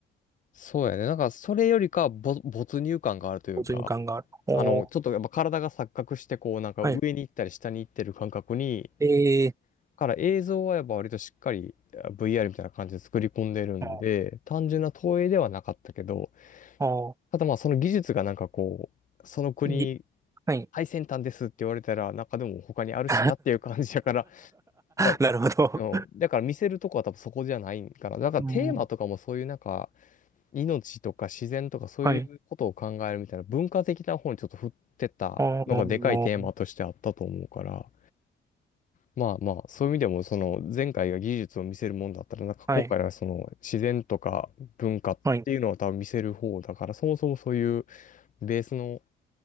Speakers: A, on the left; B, on the right.
A: そうやね。なんか、それよりかはぼ、没入感があるというか、
B: 没入感がある。おー、
A: あの、ちょっとやっぱ体が錯覚して、こう、なんか上に行ったり下に行ってる感覚に、
B: はい。えー、
A: から映像はやっぱ割としっかりあ VR みたいな感じで作り込んでるんで、
B: あー、
A: 単純な投影ではなかったけど、
B: あ
A: ただまあその技術がなんかこう、その国
B: ーいはい。
A: 最先端ですって言われたら、中でも他にあるしなっていう感じだから、
B: <laughs>
A: やっぱ、
B: なるほど。
A: うん、だから見せるとこは多分そこじゃないんかな。だからテーマとかもそういうなんか、
B: うん、
A: 命とか自然とかそういうことを考えるみたいな文化的な方にちょっと振ってたのがでかいテーマとしてあったと思うから、
B: はい。あー、
A: まあまあ、そういう意味でもその前回が技術を見せるもんだったら、なんか今回はその自然とか文化っていうのは多分見せる方だから、
B: はい。はい。
A: そもそもそういうベースの